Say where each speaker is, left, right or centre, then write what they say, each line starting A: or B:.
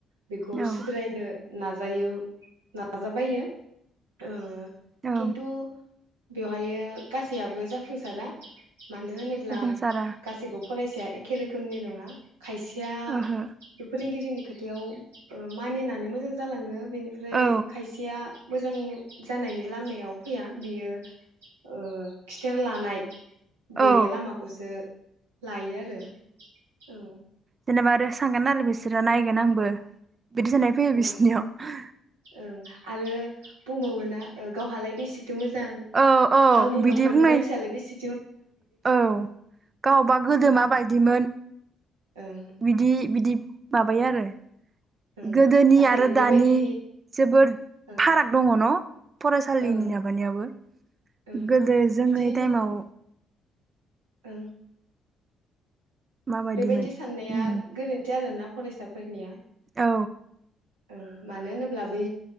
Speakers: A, on the right (about 75°); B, on the right (about 35°).
A: बेखौ
B: औ
A: सुद्रायनो नाज नाजायो नाजाबायो ओ
B: औ
A: किन्थु बेवहायो गासैयाबो जाफुंसारा मानो होनोब्ला
B: जाफुंसारा
A: गासैबो फरायसाया एखे रोखोमनि नंङा खायसे या
B: ओहो
A: बे फोरोंगिरिनि खोथायाव मानिनानै मोजां जांलाङो बेनिफ्राय
B: औ
A: खायसेया मोजां जानायनि लामायाव फैया बियो ओ खिथेर लानाय बे
B: औ
A: लामाखौसो लायो आरो औ
B: जेनेबा आरो सानगोन आरो बिसोरो नायगोन आंबो बिदि सान्नाय फैयो
A: औ
B: बिसिनियाव
A: ओं आरो बुंबावोना गावहालाय नो मोजां
B: औ औ
A: गावनि
B: बिदि
A: नख'रनि
B: बुंनाय
A: मानसियालाय बेसे
B: औ गावबा गोदो
A: ओं
B: माबायदिमोन
A: ओं
B: बिदि बिदि माबायो आरो
A: ओं
B: गोदोनि
A: नाथाय
B: आरो
A: बेबायदि
B: दानि जोबोद
A: ओं
B: फाराग दङ न फरायसालिनि
A: ओं
B: माबानायावबो
A: ओं
B: गोदो जोंनि
A: बिदि
B: टाइमाव
A: ओं
B: माबायदिमोन
A: बेबायदि साननाया
B: उम
A: गोरोन्थि आरोना फरायसाफोरनिया
B: औ
A: ओ मानो होनोब्ला बै